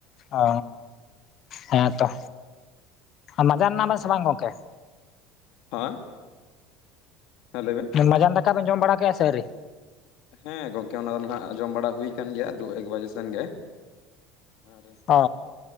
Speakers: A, on the left; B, on the left.
A: ᱚ ᱦᱮᱸ ᱛᱚ ᱢᱟᱡᱟᱱ ᱱᱟᱵᱮᱱ ᱥᱮ ᱵᱟᱝ ᱜᱚᱝᱠᱮ?
B: ᱦᱮᱸ ᱦᱮᱸ ᱞᱟᱹᱭ ᱵᱮᱱ,
A: ᱢᱟᱡᱟᱱ ᱫᱟᱠᱟ ᱵᱮᱱ ᱡᱚᱢ ᱵᱟᱲᱟ ᱠᱮᱫᱼᱟ ᱥᱮ ᱟᱣᱨᱤ?
B: ᱦᱮᱸ ᱜᱚᱝᱠᱮ ᱚᱱᱟ ᱫᱚ ᱱᱟᱦᱟᱜ ᱡᱚᱢ ᱵᱟᱲᱟ ᱦᱩᱭ ᱠᱟᱱ ᱜᱮᱭᱟ ᱫᱩ ᱮᱠ ᱵᱟᱡᱮ ᱥᱮᱱ ᱜᱮ ᱟᱨ
A: ᱚᱻ